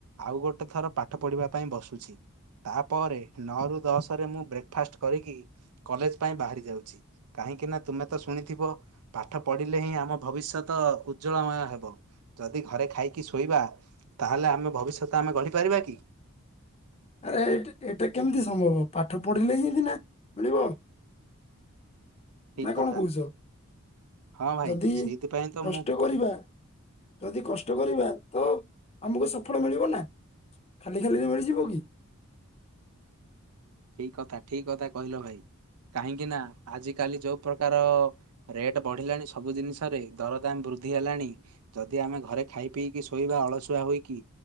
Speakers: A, on the right; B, on the left.
A: ଆଉ ଗୋଟେ ଥର ପାଠ ପଢିବା ପାଇଁ ବସୁଛି। ତାପରେ ନଅରୁ ଦଶରେ ମୁଁ ବ୍ରେକ ଫାଷ୍ଟ କରିକି କଲେଜ ପାଇଁ ବାହାରି ଯାଉଛି କାହିଁକି ନା ତୁମେ ତ ଶୁଣିଥିବ ପାଠ ପଢିଲେ ହିଁ ଆମ ଭବିଷ୍ୟତ ଉଜ୍ଜଳମୟ ହେବ ଯଦି ଘରେ ଖାଇକି ଶୋଇବା ତାହେଲେ ଆମ ଭବିଷ୍ୟତ ଆମେ ଗଢି ପାରିବା କି?
B: ଆରେ ଏଇଟ ଏଇଟା କେମିତି ସମ୍ଭବ ପାଠ ପଢିଲେ ହିଁ <unintelligible> ନା ମିଳିବ।
A: ଠିକ
B: ନା
A: କଥା।
B: କଣ କହୁଛ?
A: ହଁ ଭାଇ
B: ଯଦି
A: ସେଇଥିପାଇଁ ତ
B: କଷ୍ଟ
A: ମୁଁ
B: କରିବା ଯଦି କଷ୍ ଷ୍ଟ କରିବା ତ ଆମୁକୁ ସଫଳ ମିଳିବ ନା, ଖାଲି ଖାଲିରେ ମିଳିଯିବ କି?
A: ଠିକ କଥା ଠିକ କଥା କହିଲ ଭାଇ। କାହିଁକି ନା ଆଜି କାଲି ଯୋଉ ପ୍ରକାର ରେଟ ବଢିଲାଣି ସବୁ ଜିନିଷରେ ଦରଦାମ ବୃ ବୃଦ୍ଧି ହେଲାଣି ଯଦି ଆମେ ଘରେ ଖାଇ ପିଇକି ଶୋଇବା ଅଳସୁଆ ହୋଇକି